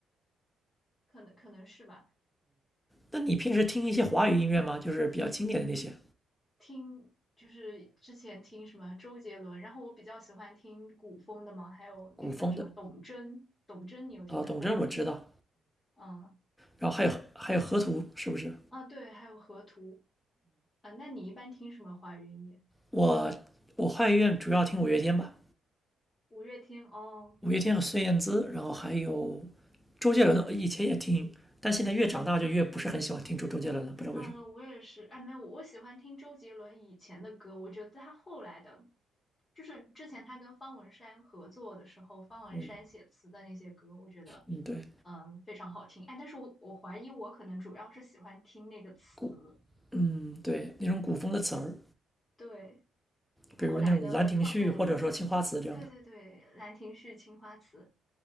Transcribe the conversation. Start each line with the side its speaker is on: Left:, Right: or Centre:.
Left: 可能可能是吧。
Centre: 那你平时听一些华语音乐吗？就是比较经典的那些
Left: 听就是之前听什么周杰伦，然后我比较喜欢听古风的嘛，还有那个叫什么董贞，
Centre: 古风的
Left: 董贞你有听说过吗？
Centre: 啊，呃董贞我知道，
Left: 嗯。
Centre: 然后还有还有河图是不是？
Left: 啊，对，还有河图啊。那你一般听什么华语音乐？
Centre: 我我华语乐主要听五月天吧，
Left: 五月天哦，
Centre: 五月天和孙燕姿，然后还有周杰伦，以前也听，但现在越长大就越不是很喜欢听周周杰伦了，不知道为什么。
Left: 啊，我也是。哎，没有，我喜欢听周杰伦以前的歌，我觉得他后来的，就是之前他跟方文山合作的时候，方文山写词的那些歌，
Centre: 嗯
Left: 我觉得
Centre: 嗯，对，
Left: 嗯非常好听。哎，但是我我怀疑我可能主要是喜欢听那个词，
Centre: 古嗯对那种古风的词儿，
Left: 对，后来的创作
Centre: 比如那种《兰亭序》或者说《青花瓷》这样的，
Left: 对对对，《兰亭序》《青花瓷》